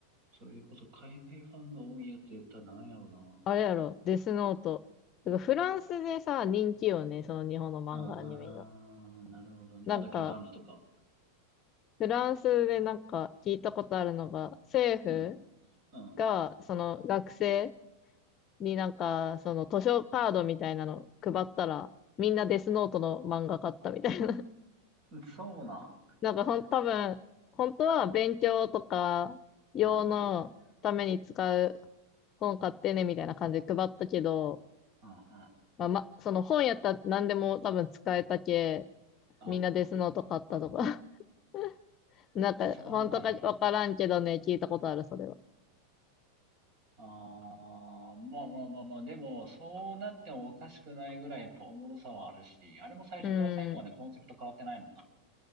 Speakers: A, on the right; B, on the left.
A: それこそ海外ファンが多いやつ言ったらなんやろな。
B: あ、あれやろ。デスノート。てかフランスでさ、人気よね。その日本の漫画、
A: あー、
B: アニメが。
A: なるほどね。
B: なんか、
A: あ、だっけ、ガンツとか。
B: フランスでなんか聞いたことあるのが、政府
A: うん、うん、
B: が、その学生、になんか、その図書カードみたいなの配ったら、みんなデスノートの漫画買ったみたいな。
A: うん。そうな。
B: <laughs> なんかほん、多分、本当は勉強とか用のために使う
A: うん、うん、
B: 本買ってねみたいな感じで配ったけど、
A: うん、うん。
B: まあ、ま、その本やったら何でも多分使えたけ、
A: あ、
B: みんなデスノート買ったとか。<laughs> なんか、
A: あそうなんや。
B: 本当かわからんけどね、聞いたことある、それは。
A: あー、まあまあまあまあ、でも、そうなってもおかしくないぐらいやっぱおもろさはあるし、あれも最初から最後までコンセプト変わってないもんな。
B: うん、